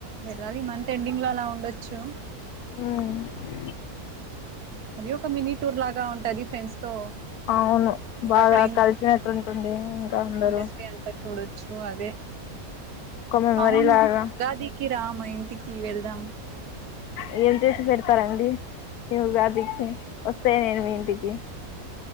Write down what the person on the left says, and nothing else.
ఉమ్
అవును
బాగా
కలిసినట్టుంటుంది ఇంకా అందరూ
ఒక మెమరీ
లాగా
రీల్ చేసి పెడతారా అండి ఈ ఉగాదికి. వస్తే నేను మీ ఇంటికి.